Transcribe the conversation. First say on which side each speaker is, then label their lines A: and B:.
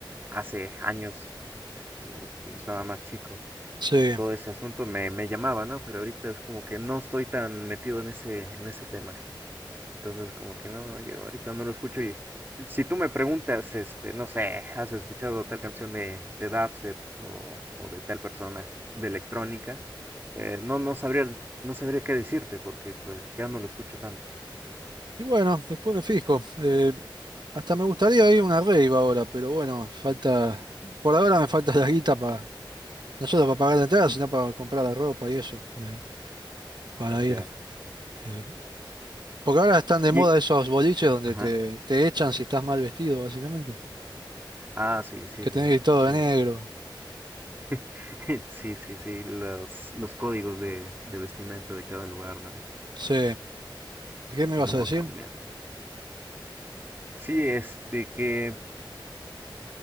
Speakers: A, on the right; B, on the right.
A: hace años, no, cuando estaba más chico,
B: Sí.
A: todo ese asunto me, me llamaba, ¿no? Pero ahorita es como que no estoy tan metido en ese, en ese tema. Entonces, como que no, yo ahorita no lo escucho y si tú me preguntas, este, no sé, ¿has escuchado tal canción de, de Dubstep o, o de tal persona de electrónica? Eh, no, no sabría, no sabría qué decirte porque pues ya no lo escucho tanto.
B: Y bueno, después me fijo. Eh, hasta me gustaría ir a una rave ahora, pero bueno, falta. Por ahora me falta la guita para. No solo para pagar la entrada, sino para comprar la ropa y eso. eh, para
A: Ya,
B: ir.
A: ya.
B: Eh, porque ahora están de
A: Y,
B: moda esos boliches donde
A: ajá.
B: te, te echan si estás mal vestido, básicamente.
A: Ah, sí, sí,
B: Que
A: sí,
B: tenés que ir todo
A: sí.
B: de negro.
A: <laughs> Sí, sí, sí, los, los códigos de, de vestimenta de cada lugar, ¿no?
B: Sí. ¿Y ¿Qué me
A: Cómo
B: ibas a
A: va
B: decir?
A: cambiando. Sí, este, que